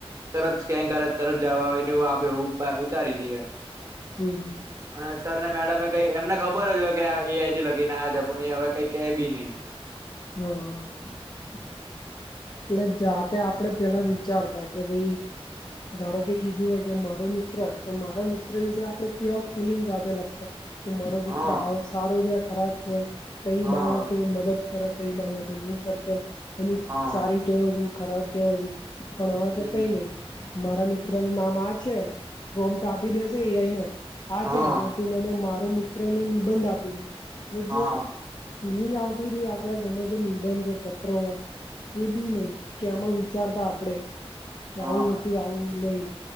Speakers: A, on the right; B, on the left.
A: તરત સ્કેન કરે તરત જવા હોય એ આપે ઉતારી દઈએ
B: હમ હમ
A: અને સર ને મેડમમે કઈ એમને ખબર જ હોય કે આ એઆઈ થી લખીને્યા છે પણ એ હવે કઈ કે બી નહી
B: હા હા એટલે જાતે આપે પેલા વિચારતા કે ભાઈ ધારો કે કીધું હોય કે મારું મિત્ર તો મારા મિત્ર આપે પ્યોર ફિલિંગ સાથે લાગતા કે મારો
A: હા
B: મિત્ર આવો સારો છે ખરાબ છે કઈ
A: હા
B: બાબતે મદદ ખરા કઈ બાબતે નહી કરતો એની
A: હા
B: સારી ટેવો છ ખરાબ ટેવો છું પણ હવે
A: હમ
B: તો કઈ નહી મારા મિત્ર નું નામ આ જ પ્રોમ ટા આપી દેશે એને આ
A: હા
B: છે અને તું મને મા મિત્ર નો નિબંધ આપે છે એટ
A: હા
B: જે ફિલિંગ આવતી હતી આપડે ગમે તે નિબંધ છે પત્રોમાં એ બી નહિ કે આમાં વિચારતા આપડે કે
A: હા
B: આવું હતું આવું નહી